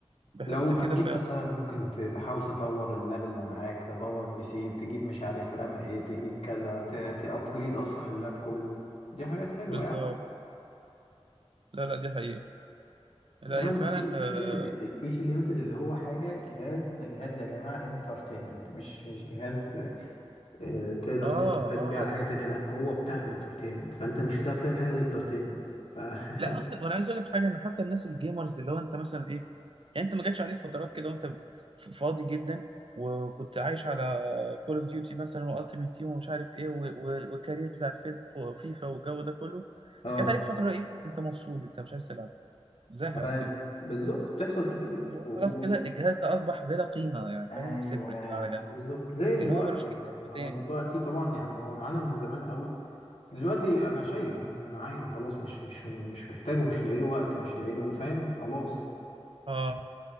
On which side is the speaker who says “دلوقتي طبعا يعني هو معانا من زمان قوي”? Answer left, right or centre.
Left